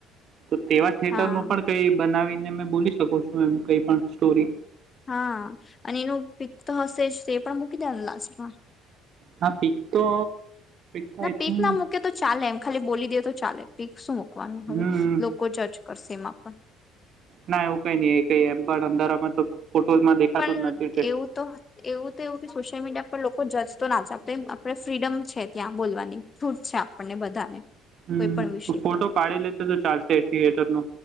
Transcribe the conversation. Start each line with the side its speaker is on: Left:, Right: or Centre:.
Right: તો તેવા થિયેટર
Left: હા
Right: ન પણ કઈ બનાવીને મે બોલી શકો છું એમ કઈ પણ સ્ટોરી
Left: હા અને એનું પિક તો હશે જ તે પણ મૂકી દેવા નુ લાસ્ટ માં
Right: હા પિક તો તો
Left: ના
Right: આઈ થિંક
Left: પીક ના મૂકે તો ચાલે એમ ખાલી બોલી દે તો ચાલે પિક શું મૂકવાનું હવે
Right: હમ્મ.
Left: લોકો જજ કરશે એમાં પણ
Right: ના એવું કઈ નઈ એ કઈ એમ પણ અંધારામાં તો ફોટોઝમાં દેખાતું
Left: પણ
Right: જ નથી તે
Left: એવું તો એવું તો એવું કે સોશિયલ મીડિયા પર લોકો જજ તો ના છે આપણે આપણે ફ્રીડમ છે ત્યાં બોલવાની છૂટ છે આપણને બધાને
Right: હમ
Left: કોઈ પણ વિષય
Right: ફોટો
Left: પર
Right: પાડી લેતે તો ચાલશે થિયેટર નુ